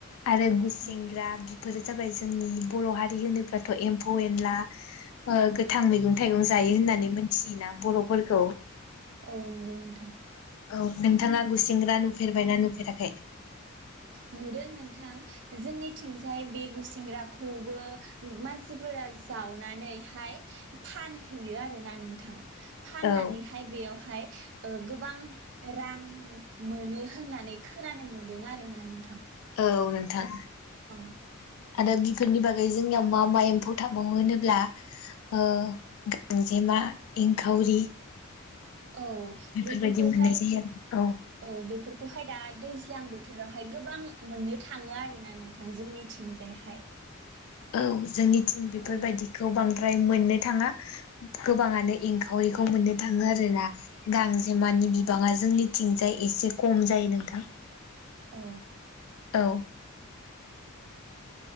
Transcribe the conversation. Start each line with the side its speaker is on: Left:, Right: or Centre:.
Left: आरो गुसिंग्रा
Right: औ
Left: बि फोर जाबाय जोंनि बर' हारि होनोब्लाथ' एम्फौ एनला ओ गोथां मैगं थाइगं जायो होननानै मोनथियोना बर'फोरखौ।
Right: औ नोंगौ नोंथां।
Left: औ नोंथाङा गुसिंग्रा नुफेरबायना नुफेराखै?
Right: नुदों नोंथां। जोंनिथिंजाय बे गुस एंग्रा खौबो मानसिफोरा जावनानै हाय फानहैयो आरोना नोंथां।
Left: औ
Right: फाननानैहाय बेयाव फाय ओ गोबां रां मोनो होननानै खोनानो मोन दों आरो ना नो
Left: औ नों थां
Right: औ
Left: आरो बिफोरनि बागै जोंनियाव मा मा एम्फौ थाबावो होनोब्ला ओ गांजेमा एंखावरि।
Right: औ
Left: बेफोरबायदि
Right: बेफोरखौहाय
Left: मोननाय जायो आरो
Right: औ बे फोरफोरखौहाय दा दैज्लां बोथोरावहाय गोबां मोननो थाङो आरोना नोंथां जोंनिथिंजायहाय।
Left: औ जोंनि थिं बेफोर
Right: औ
Left: बायदिखौ बांद्रा फाय मोननो थाङा गोबाङानो एंखावरिखौ मोननो थाङो आरो ना गांजेमानि बिबाङा जोंनिथिंजाय एसे खम जायो नोंथां।
Right: औ।
Left: औ